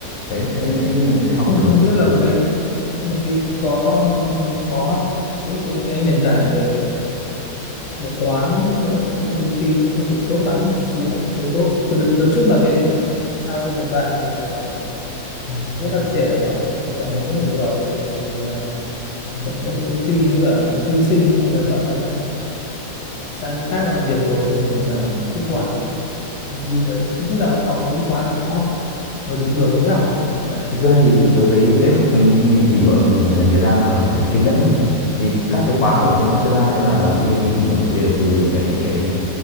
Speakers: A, on the left; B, on the left.
A: cái sẽ sẽ mình sẽ học
B: không
A: được
B: không biết là mấy mà cái có khó cái cái nền tảng về về toán cũng về cũng thông tin nó không được tốt lắm sư học hơi dốt từ đợt, đợt trước là cái cái giao cho một bạn là bạn
A: Ừ,
B: rất là trẻ bạn ấy bạn
A: ừ,
B: ấy rất là giỏi về phần à,
A: ừ.
B: phần công nghệ thông tin với cả phần tin sinh nhưng bây giờ bạn ấy lại sang cái khác và làm việc rồi nên mình phải
A: Ờ,
B: tiếp quản nội dung đấy không biết là học mấy cái khóa đó không? người bình thường có dễ học không Hay là phải
A: thực ra thì thì tớ thấy dễ học thì mình chỉ gọi là mình phải dành thời gian và phải kiên nhẫn thôi vì các cái khóa ở trên Coursera
B: ờ,
A: hay là là Udemy thì nó sẽ đều từ những cái
B: ừ
A: cái